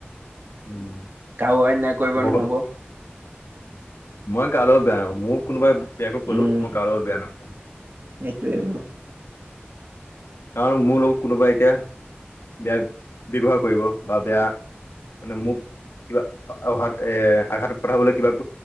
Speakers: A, on the left; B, on the right.
A: উম,
B: কাৰো আন্যাই কৰিব
A: হ'ব
B: নুশব
A: মই কালৈ বেয়া নাপাওঁ, মোক কোনোবাই বেয়াকৈ কলেওঁ
B: উম,
A: মই কাৰ' বেয়া নাপাওঁ
B: সেইটোৱে আৰু
A: কাৰণ মোৰ লগত কোনোবাই এতিয়া বেয়া ব্যৱহাৰ কৰিব বা বেয়া মানে মোক কিবা অঘাত এ আঘাতত পঠাবলৈ কিবা